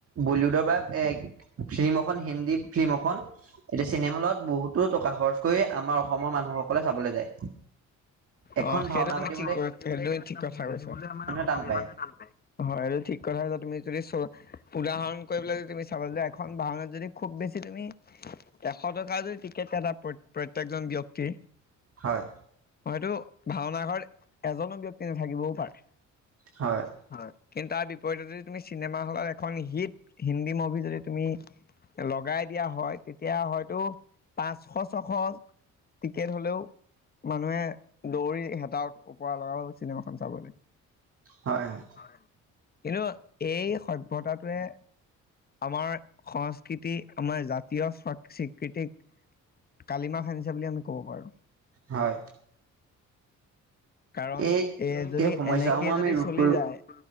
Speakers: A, on the right (about 50°); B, on the left (about 30°).
A: বলিউডৰ বা এ ফিল্ম এখন হিন্দী ফিল্ম এখন এতিয়া চিনেমা হলত বহুতো টকা খৰচ কৰি আমাৰ অসমৰ মানুহসকলে চাবলৈ যায়। এখন
B: অ সেইটো
A: ভাওঁনা
B: তুমি
A: পাতি
B: ঠিক কথা কৈছা। আমাৰ অসমীয়া
A: টান পায়
B: মানুহে টান পায়। হয়, এইটো ঠিক কথাই কৈছা তুমি যদি চ উদাহৰণ কৰিবলৈ যদি তুমি চাবা যেতিয়া এখন ভাওঁনাত যদি খুব বেছি তুমি এশ টকা যদি টিকেট কাটা প্ৰত্যেক জন ব্যক্তি
A: হয়
B: হয়তো ভাওঁনা ঘৰত এজনো ব্যক্তি নাথাকিবও পাৰে।
A: হয়।
B: হয়। কিন্তু তাৰ বিপৰীতে যদি তুমি চিনেমা হলত এখন হিট হিন্দী মুভি যদি তুমি লগাই দিয়া হয়। তেতিয়া হয়তো পাঁচশ ছশ টিকেট হ'লেও মানুহে দৌৰি হেতাও ওপৰা লগাব চিনেমাখন চাবলৈ।
A: হয় হয়।
B: হয়। কিন্তু এই সভয়তাটোৱে আমাৰ সংস্কৃতি আমাৰ জাতীয় স্বীকৃতিক কালিমাহ আনিছে বুলি আমি ক'ব পাৰো।
A: হয়।
B: কাৰণ
A: এই
B: এ যদি
A: এই সমস্যাসমূহ
B: এনেকে যদি
A: আমি ৰোধ
B: চলি
A: কৰি
B: যায়।